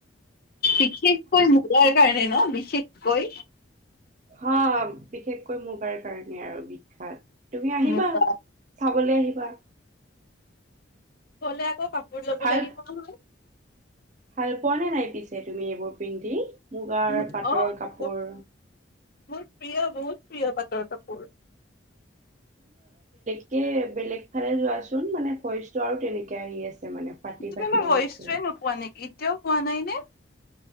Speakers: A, on the left; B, on the right.
A: বিশেষকৈ মূগাৰ কাৰণে ন বিশেষকৈ কৈ
B: হ বিশেষকৈ মুগাৰ কাৰণে আৰু বিখ্যাত। তুমি আহিবা
A: মুগা
B: চাবলৈ আহিবা
A: কলে আ কাপোৰ ল'ব
B: ভাল
A: লাগিব নহয়।
B: ভাল পোৱা নে নাই পিছে তুমি এইবোৰ পিন্ধি। মুগাৰ
A: উম
B: পাটৰ
A: অ
B: কাপোৰ
A: মোৰ মোৰ প্ৰিয় বহুত প্ৰিয় পাটৰ কাপোৰ
B: বেলেগ বেলেগ ফালে যোৱাচোন মানে ভইচটো আৰু তেনেকে আহি আছে মানে ফাটি
A: তুমি
B: ফাটি
A: মোৰ ভইচটোৱে
B: আহিছে।
A: নোপোৱা নেকি? এতিয়াও পোৱা নাইনে।